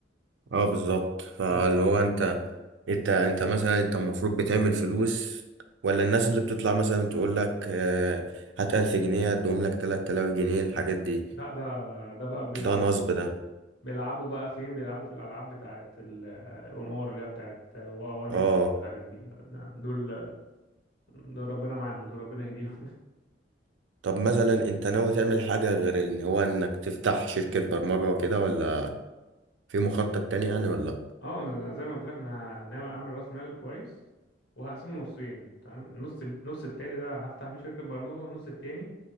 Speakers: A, on the right; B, on the left.
A: اه بالظبط فاللي
B: إن-
A: هو انت انت انت مثلا انت المفروض بتعمل فلوس ولا الناس اللي بتطلع مثلا تقول لك آه، هات 1000 جنيه هدوم لك 3000 جنيه الحاجات دي
B: لا ده ده بقى بيلعبوا
A: ده نصب ده
B: بيلعبوا بقى فين بيلعبوا في الالعاب بتاعت القمار اللي هي بتاعت وان
A: اه
B: اكس والحاجات دي لا ده- دول دول ربنا معاهم دول ربنا يهديهم
A: طب مثلا انت ناوي تعمل حاجة غير ان هو انك تفتح شركة برمجة وكده ولا في مخطط تاني يعني ولا لأ؟
B: اه انا أنا زي ما قلت لك انا ناوي اعمل راس مال كويس وهقسمه نصين تمام النص النص التاني ده هفتح بيه شركة برمجة والنص التاني